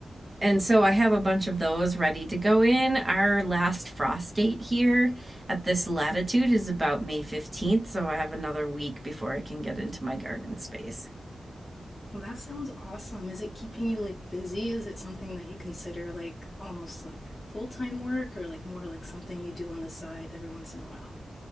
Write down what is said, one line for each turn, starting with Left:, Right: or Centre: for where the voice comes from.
Right: and so I have a bunch of those ready to go in. Our last frost date here at this latitude is about May 15th, so I have another week before I can get into my garden space.
Left: Well, that sounds awesome. Is it keeping you like busy? Is it something that you consider like almost like full-time work or like more like something you do on the side every once in a while?